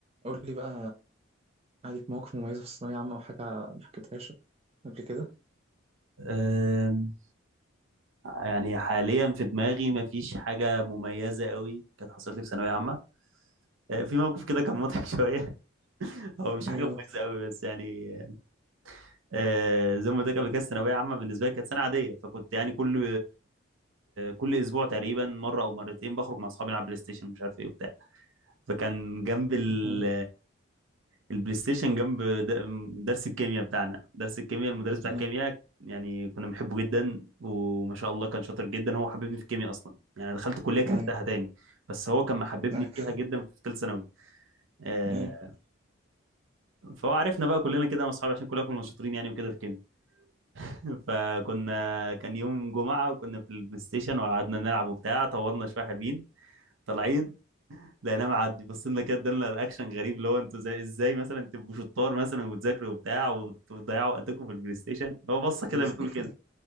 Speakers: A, on the right; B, on the right.
A: قول لي بقى عليك مواقف مميزة في الثانوية عامة أو حاجة ما حكيتهاش قبل كده
B: أم، يعني حاليا في دماغي مفيش حاجة مميزة قوي كانت حصلت لي في ثانوية عامة أه، في موقف كده كان مضحك <laughs> شوية هو مش
A: ايوه
B: حاجة مميزة قوي بس يعني أه، زي ما قلت لك قبل كده الثانوية عامة بالنسبة لي كانت سنة عادية فكنت يعني كل كل أسبوع تقريبا مرة أو مرتين بخرج مع أصحابي نلعب بلاي ستيشن مش عارف إيه وبتاع فكان جنب ال
A: أها.
B: البلاي ستيشن جنب د- درس الكيمياء بتاعنا درس الكيمياء المدرس بتاع
A: اه
B: الكيمياء يعني كنا بنحبه جدا وما شاء الله كان شاطر جدا هو حببني في الكيمياء اصلا يعني أنا دخلت كليه كرهتها
A: اي
B: تاني بس هو كان محببني
A: اي
B: فيها جدا في ثالث ثانوي آه،
A: اي
B: فهو عرفنا بقى كلنا كده انا واصحابي عشان كلنا كنا شاطرين يعني وكده في الكيمياء <laughs> فكنا كان يوم جمعه وكنا في البلاي ستيشن وقعدنا نلعب وبتاع طولنا شويه حلوين طالعين لقيناه معدي بصينا كده ادالنا رياكشن غريب اللي هو انتوا زي ازاي مثلا تبقوا شطار مثلا وبتذاكروا وبتاع وت- وتضيعوا وقتكم في البلاي ستيشن هو بصه كده
A: بلاي ستيشن
B: بتقول كده